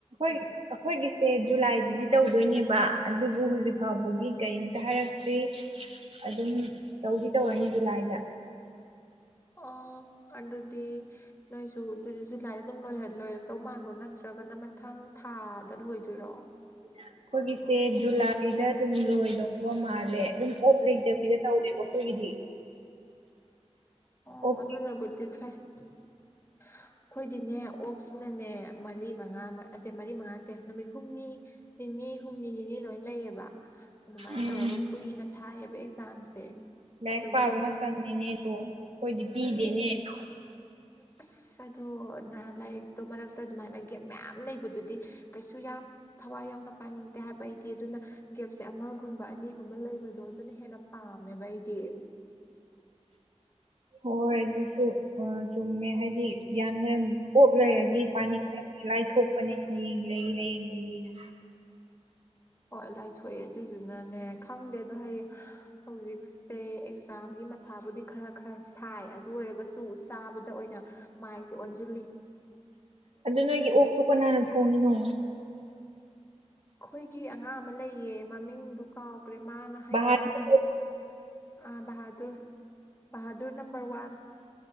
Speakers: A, on the right (about 60°); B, on the left (about 20°).
A: ꯑꯩꯈꯣꯏꯒꯤ ꯑꯩꯈꯣꯏꯒꯤꯁꯦ ꯖꯨꯂꯥꯏꯗꯗꯤ ꯇꯧꯗꯣꯏꯅꯦꯕ ꯑꯗꯨꯕꯨ ꯍꯧꯖꯤꯛ ꯐꯥꯎꯕꯒꯤ ꯀꯔꯤꯝꯇ ꯍꯥꯏꯔꯛꯇ꯭ꯦ ꯑꯗꯨꯝ ꯇꯧꯕꯤ ꯇꯧꯔꯅꯤ ꯖꯨꯂꯥꯏꯗ
B: ꯑꯣ ꯑꯗꯨ ꯑꯗꯨꯗꯤ ꯅꯣꯏꯁꯨ ꯑꯗꯨ ꯖꯨꯂꯥꯏꯗ ꯑꯗꯨꯝ ꯂꯣꯏ ꯂꯣꯏꯔꯛꯇꯧ ꯃꯥꯟꯕꯣ ꯅꯠꯇ꯭ꯔꯒꯅ ꯃꯊꯪ ꯊꯥꯗ ꯂꯣꯏꯗꯣꯏꯔꯣ
A: ꯑꯩꯈꯣꯏꯒꯤꯁꯦ ꯖꯨꯂꯥꯏꯗ ꯑꯗꯨꯝ ꯂꯣꯏꯗꯧꯕ ꯃꯥꯜꯂꯦ ꯑꯗꯨꯝ ꯑꯣꯞ ꯂꯩꯇꯕꯤꯗ ꯇꯧꯋꯦꯕ ꯑꯩꯈꯣꯏꯒꯤꯗꯤ
B: ꯑꯣ
A: ꯑꯣꯞ
B: ꯑꯗꯨ ꯑꯗꯨꯅ ꯕꯨꯗꯤꯤꯐꯥꯏ ꯑꯩꯈꯣꯏꯗꯤꯅꯦ ꯑꯣꯞꯁꯤꯅꯅꯦ ꯃꯔꯤ ꯃꯉꯥ ꯑꯗ ꯃꯔꯤ ꯃꯉꯥ ꯅꯠꯇꯦ ꯅꯨꯃꯤꯠ ꯍꯨꯝꯅꯤ ꯅꯤꯅꯤ ꯍꯨꯝꯅꯤ ꯅꯤꯅꯤ ꯂꯣꯏ ꯂꯩꯌꯦꯕ ꯑꯗꯨꯃꯥꯏꯅ
A: ꯎꯝ
B: ꯇꯧꯔꯒ ꯀꯨꯏꯅ ꯊꯥꯏꯌꯦꯕ ꯑꯦꯛꯖꯥꯝꯁꯦ
A: ꯂꯥꯏꯔꯤꯛ
B: ꯑꯗꯨ
A: ꯄꯥꯕ
B: ꯕꯤꯠ
A: ꯃꯇꯝꯅꯤꯅꯦꯗꯣ ꯑꯩꯈꯣꯏꯗꯤ ꯄꯤꯗꯦꯅꯦꯗꯣ
B: ꯑ ꯑꯗꯣ ꯅ ꯂꯥꯏꯔꯤꯛꯇꯣ ꯃꯔꯛꯇ ꯑꯗꯨꯃꯥꯏꯅ ꯒꯦꯝ ꯃꯌꯥꯝ ꯂꯩꯕꯗꯨꯗꯤ ꯀꯩꯁꯨ ꯌꯥꯝ ꯊꯋꯥꯏ ꯌꯥꯎꯅ ꯄꯥꯅꯤꯡꯗꯦ ꯍꯥꯏꯕ ꯑꯩꯗꯤ ꯑꯗꯨꯅ ꯒꯦꯞꯁꯦ ꯑꯃꯒꯨꯝꯕ ꯑꯅꯤꯒꯨꯝꯕ ꯂꯩꯕꯗꯣ ꯑꯗꯨꯅ ꯍꯦꯟꯅ ꯄꯥꯝꯃꯦꯕ ꯑꯩꯗꯤ <unintelligible>
A: ꯍꯣꯏ ꯑꯗꯨꯁꯨ ꯑꯥ ꯆꯨꯝꯃꯦ ꯍꯥꯏꯗꯤ ꯌꯥꯝꯅ ꯑꯣꯣꯞ ꯂꯩꯔꯗꯤ ꯄꯥꯅꯤꯁꯤꯗ ꯑꯩ ꯂꯥꯏ ꯊꯣꯛꯣꯛꯄꯅꯦ ꯍꯌꯦꯡ ꯂꯩꯔꯤ ꯍꯌꯦꯡ ꯂꯩꯔꯤꯅ
B: ꯍꯣꯏ ꯂꯥꯏꯊꯣꯛꯑꯦ ꯑꯗꯨꯏꯗꯨꯅꯅꯦ ꯈꯪꯗꯦ ꯑꯗꯣ ꯍꯌꯦꯡ ꯍꯧꯖꯤꯛꯁꯦ ꯑꯦꯛꯖꯥꯝ ꯒꯤ ꯃꯊꯥꯕꯨꯗꯤ ꯈꯔ ꯈꯔ ꯁꯥꯏ ꯑꯗꯨ ꯑꯣꯏꯔꯒꯁꯨ ꯆꯥꯕꯗ ꯑꯣꯏꯅ ꯃꯥꯏꯁꯦ ꯑꯣꯟꯁꯤꯜꯂꯤ
A: ꯑꯗꯨ ꯅꯣꯏꯒꯤ ꯑꯣꯛꯇꯨ ꯀꯅꯥꯅ ꯊꯣꯡꯉꯤꯅꯣ
B: ꯑꯩꯈꯣꯏꯒꯤ ꯑꯉꯥꯡ ꯑꯃ ꯂꯩꯌꯦ ꯃꯃꯤꯡꯗꯨꯣ ꯀꯥꯎ ꯀ꯭ꯔꯦꯃꯅ ꯍꯩ
A: ꯕꯍꯥꯗꯨꯔ
B: ꯌꯥꯝ ꯍꯩ ꯑꯥ ꯍꯥꯗꯨꯨꯔ ꯍꯥꯗꯨꯨꯔ ꯅꯝꯕꯝꯕꯔ ꯋꯥꯟ